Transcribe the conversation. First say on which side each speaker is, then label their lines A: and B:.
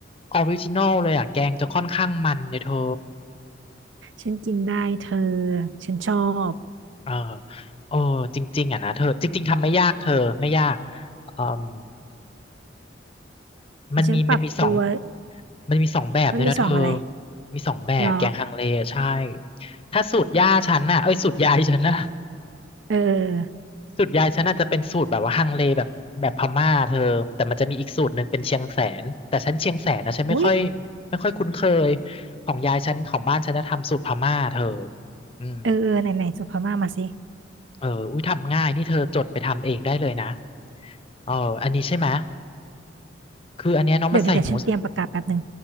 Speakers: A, on the left; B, on the right.
A: ออริจินอลเลยอ่ะแกงจะค่อนข้างมันเลยเธอ
B: ฉันกินได้เธอ ฉันชอบ
A: เออโอ้จริงๆอ่ะนะเธอจริงๆทำไม่ยากเธอไม่ยากอืม มันมีมันมีสอง
B: ฉันปรับตัว
A: มันมีสองแบบด้วยนะเธอ
B: มันมีสองอะไร
A: มีสองแบบแกงฮังเลใช่
B: หรอ
A: ถ้าสูตรย่าฉันน่ะเอ้ยสูตรยายฉันน่ะ
B: เออ
A: สูตรยายฉันน่ะจะเป็นสูตรแบบว่าฮังเลแบบแบบพม่าเธอแต่มันจะมีอีกสูตรหนึ่งเป็นเชียงแสนแต่ฉันเชียงแสนนะฉันไม่ค่อย
B: อุ๊ย
A: ไม่ค่อยคุ้นเคยของยายฉันของบ้านฉันจะทำสูตรพม่าเธออืม
B: เออเออไหนไหนส่งพม่ามาสิ
A: เอออุ้ยทำง่ายนี่เธอจดไปทำเองได้เลยนะเอออันนี้ใช่ไหมยคืออันเนี้ยเน้องมันใส่หมู
B: เดี๋ยวเดี๋ยวเดี๋ยวฉันเตรียมประกาศแป๊บหนึ่ง